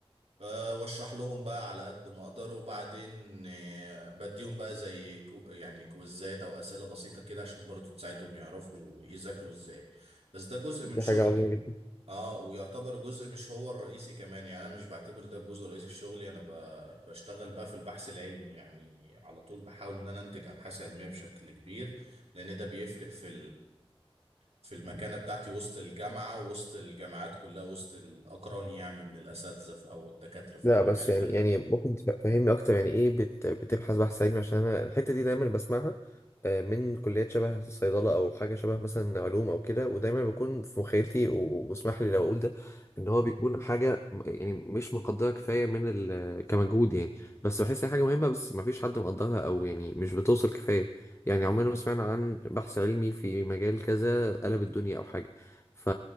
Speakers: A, on the right; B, on the left.
A: آه، واشرح لهم بقى على قد ما اقدر وبعدين آه، بديهم بقى زي كو يعني كويزات او اسئله بسيطه كده عشان برضو تساعدهم يعرفوا يذاكروا ازاي بس ده جزء من
B: دي
A: شغلي
B: حاجة عظيمة جدا
A: اه ويعتبر جزء مش هو الرئيسي كمان يعني انا مش بعتبر ده الجزء الرئيسي في شغلي انا ب... بشتغل بقى في البحث العلمي يعني على طول بحاول ان انا انتج ابحاث علميه بشكل كبير لان ده بيفرق في في المكانة بتاعتي وسط الجامعة وسط الجامعات كلها وسط الأقران يعني من الأساتذة في- أو الدكاترة في
B: لا
A: المجال
B: بس يعني
A: ده
B: يعني ممكن تفهمني اكتر يعني ايه بت بتبحث بحث علمي عشان انا الحته دي دايما بسمعها آه، من كليات شبه صيدله او حاجه شبه مثلا علوم او كده ودايما بيكون في مخيلتي و- واسمح لي لو اقول ده ان هو بيكون حاجه م- يعني مش مقدره كفايه من ال كمجهود يعني بس بحس ان هي حاجه مهمه بس ما فيش حد مقدرها او يعني مش بتوصل كفايه يعني عمرنا ما سمعنا عن بحث علمي في مجال كذا قلب الدنيا او حاجه ف...